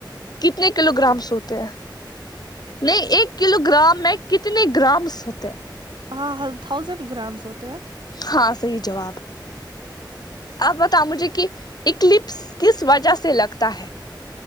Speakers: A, on the left (about 55°); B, on the right (about 70°).
A: کتنے کلو گرامس ہوتے ہیں نہیں ایک کلو گرام میں کتنے گرامس ہوتے ہیں
B: ہاں تھاؤزینڈ گرامس ہوتے ہیں
A: ہاں صحیح جواب آپ بتاؤ مجھے کی اکلپس کس وجہ سے لگتا ہے